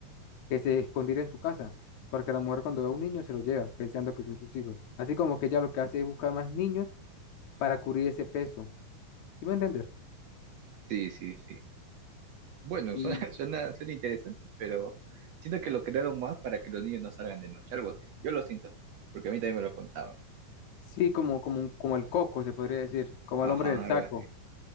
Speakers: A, on the left; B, on the right.
A: que se escondiera en su casa, porque la mujer cuando ve a un niño se lo lleva, pensando que son sus hijos. Así como que ella lo que hace es buscar más niños para cubrir ese peso, ¿sí me a entender?
B: Sí, sí, sí. Bueno,
A: Y
B: <laughs> suena, suena, suena interesante, pero siento que lo crearon más para que los niños no salgan de noche, algo así. Yo lo siento así, porque a mí también me lo contaban.
A: sí, como, como, un- como el coco, se podría decir, como
B: Ajá,
A: el hombre del
B: algo
A: saco.
B: así.